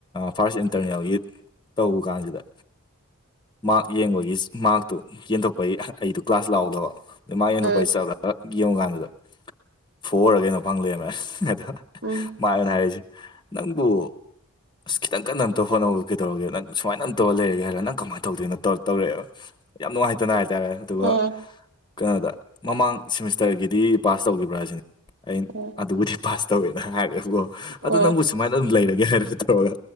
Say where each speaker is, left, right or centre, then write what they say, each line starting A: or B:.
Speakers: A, on the left; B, on the right.
A: ꯐꯥꯔꯁ ꯏꯟꯇꯔꯅꯦꯜꯒꯤ ꯇꯧꯕ ꯀꯥꯟꯁꯤꯗ ꯃꯥꯔꯛ ꯌꯦꯡꯕꯒꯤ ꯃꯥꯔꯛꯇꯨ ꯌꯦꯟꯊꯣꯛꯄꯒꯤ ꯑꯩꯗꯨ ꯀ꯭ꯂꯥꯁ ꯂꯥꯛꯎꯗꯕ ꯑꯗꯩ ꯃꯥꯒꯤ ꯌꯦꯟꯊꯣꯛꯄꯩ
B: ꯎꯝ
A: ꯆꯠꯂꯒ ꯌꯦꯡ ꯀꯥꯟꯗꯨꯗ ꯐꯔ ꯀꯩꯅꯣ ꯐꯪ ꯂꯩꯔꯝꯃꯦ ꯑꯗ
B: ꯎꯝ <inaudible>
A: ꯃꯥꯥꯏꯅ ꯍꯥꯏꯔꯤꯁꯦ ꯅꯪꯕꯨ ꯑꯁ ꯈꯤꯇꯪ ꯀꯟꯅ ꯑꯝꯇ ꯍꯣꯠꯅꯧ ꯀꯩꯗꯧꯔꯒꯦ ꯅꯪ ꯁꯨꯃꯥꯏꯅꯑꯝ ꯇꯧꯔ ꯂꯩꯔꯒꯦ ꯍꯥꯏꯔ ꯅꯪ ꯀꯃꯥꯏꯅ ꯇꯧꯗꯅ ꯇꯧ ꯇꯧꯔꯛꯑꯦ
B: <unintelligible> <inaudible>
A: ꯌꯥꯝ ꯅꯨꯡꯉꯥꯏꯇꯅ ꯍꯥꯏꯇꯥꯔꯦ ꯑꯗꯨꯒ
B: ꯎꯝ
A: ꯀꯩꯅꯣꯗ ꯃꯃꯥꯡ ꯁꯤꯃꯤꯁꯇꯔꯒꯤꯗꯤ ꯄꯥꯁ ꯇꯧꯈꯤꯕ꯭ꯔꯥ ꯁꯤꯅꯤ ꯑꯩꯅ
B: ꯎꯝ ꯎꯝ
A: ꯑꯗꯨꯕꯨꯗꯤ ꯄꯥꯁ ꯇꯧꯋꯦꯅ ꯍꯥꯏꯔꯛꯦꯕꯀꯣ
B: ꯎꯝ
A: ꯑꯗꯨ ꯅꯪꯕꯨ ꯁꯨꯃꯥꯏꯅ ꯑꯗꯨꯝ ꯂꯩꯔꯒꯦ ꯍꯥꯏꯔꯒ ꯇꯧꯔꯒ